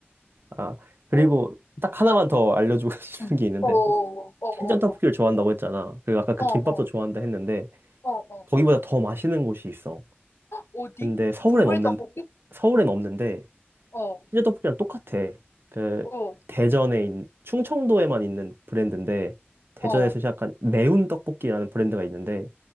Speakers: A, on the right; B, on the left.
A: 아, 그리고
B: 오,
A: 딱 하나만
B: 어,
A: 더 알려주고 <laughs> 싶은
B: 응.
A: 게 있는데,
B: 어, 어, 어,
A: 신전 떡볶이를
B: 어,
A: 좋아한다고 했잖아. 그리고 아까 그
B: 어,
A: 김밥도
B: 어,
A: 좋아한다 했는데,
B: 어, 어. 어.
A: 거기보다 더 맛있는 곳이 있어.
B: 어디?
A: 근데 서울엔
B: 국물
A: 없는,
B: 떡볶이?
A: 서울엔 없는데,
B: 어,
A: 신전 떡볶이랑 똑같아. 그,
B: 어,
A: 대전에, 있, 충청도에만 있는 브랜드인데, 대전에서
B: 어,
A: 시작한 매운 떡볶이라는 브랜드가 있는데,